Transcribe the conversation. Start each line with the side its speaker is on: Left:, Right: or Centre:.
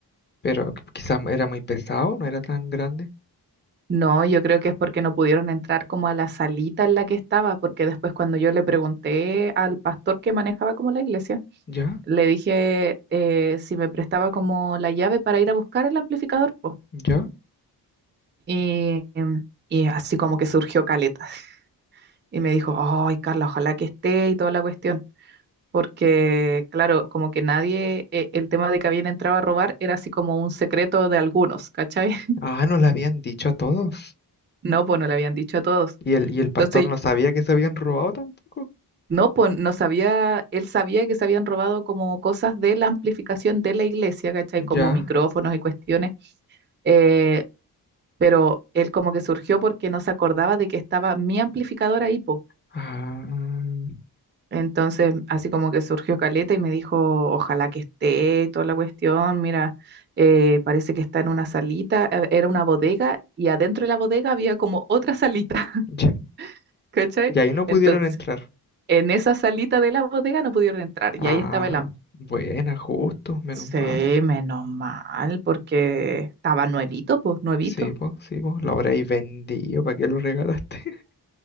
Left: Pero quizás era muy pesado, no era tan grande.
Right: No, yo creo que es porque no pudieron entrar como a la salita en la que estaba, porque después cuando yo le pregunté al pastor que manejaba como la iglesia,
Left: Ya,
Right: le dije eh, si me prestaba como la llave para ir a buscar el amplificador, po.
Left: ya.
Right: Y, em, y así como que surgió caleta. Y me dijo, ay, Carla, ojalá que esté y toda la cuestión. Porque, claro, como que nadie, eh, el tema de que habían entrado a robar era así como un secreto de algunos, ¿cachai? <laughs>
Left: Ah, no le habían dicho a todos.
Right: No, pues no le habían dicho a todos.
Left: Y el, y el pastor
Right: Entonces
Left: no sabía que se habían robado tampoco.
Right: No, pues no sabía, él sabía que se habían robado como cosas de la amplificación de la iglesia, ¿cachai?
Left: Ya.
Right: Como micrófonos y cuestiones, eh, pero él como que surgió porque no se acordaba de que estaba mi amplificador ahí, po.
Left: Ah,
Right: Entonces, así como que surgió Caleta y me dijo, ojalá que esté toda la cuestión, mira, eh, parece que está en una salita, e- era una bodega y adentro de la bodega había como otra salita,
Left: ya.
Right: <laughs> ¿cachai?
Left: Y ahí no pudieron
Right: Entonces,
Left: entrar.
Right: en esa salita de la bodega no pudieron entrar
Left: Ah,
Right: y ahí estaba el
Left: buena, justo, menos
Right: Sí,
Left: mal.
Right: menos mal, porque estaba nuevito, pues, nuevito.
Left: Sí, pues, sí, pues, lo habréis vendido, ¿para qué lo regalaste? <laughs>